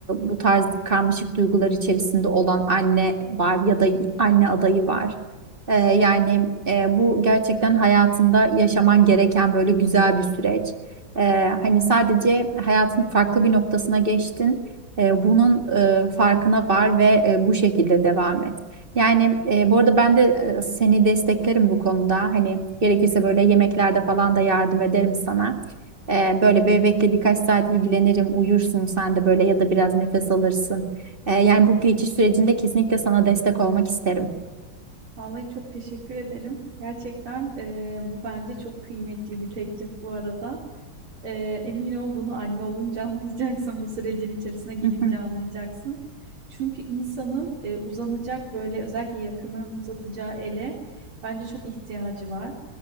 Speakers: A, on the right; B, on the right.
A: bu tarz karmaşık duygular içerisinde olan anne var ya da anne adayı var. Ee, yani e, bu gerçekten hayatında yaşaman gereken böyle güzel bir süreç. Ee, hani sadece hayatın farklı bir noktasına geçtin. Ee, bunun e, farkına var ve e, bu şekilde devam et. Yani e, bu arada ben de e, seni desteklerim bu konuda. Hani gerekirse böyle yemeklerde falan da yardım ederim sana. Ee, böyle bebekle birkaç saat ilgilenirim, uyursun sen de böyle ya da biraz nefes alırsın. Ee, yani bu geçiş sürecinde kesinlikle sana destek olmak isterim.
B: Vallahi çok teşekkür ederim. Gerçekten e, bu bence çok kıymetli bir teklif bu arada. Ee, emin ol bunu anne olunca <laughs> anlayacaksın. Bu sürecin içerisine girince
A: <laughs>
B: anlayacaksın. Çünkü insanın e, uzanacak böyle özellikle yakınlarını uzatacağı ele bence çok ihtiyacı var.